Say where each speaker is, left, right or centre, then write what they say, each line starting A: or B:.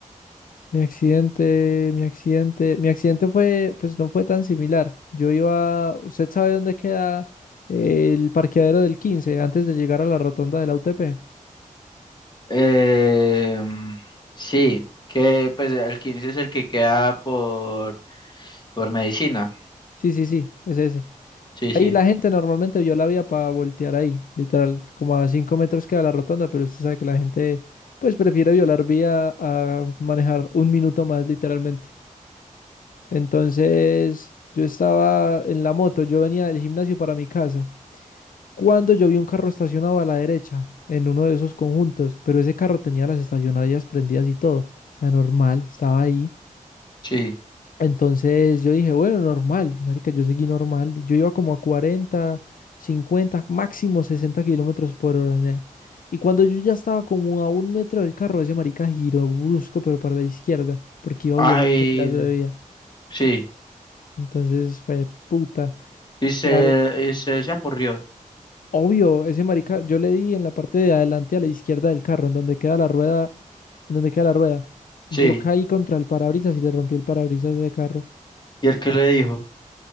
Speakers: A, on the left (about 80°); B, on the left (about 30°).
A: Mi accidente, mi accidente. Mi accidente fue, pues no fue tan similar. Yo iba, ¿usted sabe dónde queda el parqueadero del 15 antes de llegar a la rotonda de la UTP?
B: Eh, sí, que pues el 15 es el que queda por, por medicina.
A: Sí, sí, sí, es ese.
B: Sí,
A: Ahí
B: sí,
A: la gente normalmente vio la vía para voltear ahí, literal, como a 5 metros queda la rotonda, pero usted sabe que la gente pues prefiere violar vía a manejar un minuto más, literalmente. Entonces, yo estaba en la moto, yo venía del gimnasio para mi casa, cuando yo vi un carro estacionado a la derecha, en uno de esos conjuntos, pero ese carro tenía las estacionarias prendidas y todo, o sea, normal, estaba ahí.
B: sí.
A: Entonces yo dije, bueno, normal, marica, yo seguí normal. Yo iba como a 40, 50, máximo 60 kilómetros por hora, nea. Y cuando yo ya estaba como a un metro del carro, ese marica giró brusco, pero para la izquierda, porque iba
B: Ay,
A: a violar ese pedazo de vía.
B: sí.
A: Entonces fue puta.
B: Y se,
A: Claro,
B: y se, se apurrió.
A: obvio, ese marica, yo le di en la parte de adelante a la izquierda del carro, en donde queda la rueda, en donde queda la rueda. Yo
B: Sí.
A: caí contra el parabrisas y le rompí el parabrisas de carro.
B: ¿Y el que le dijo?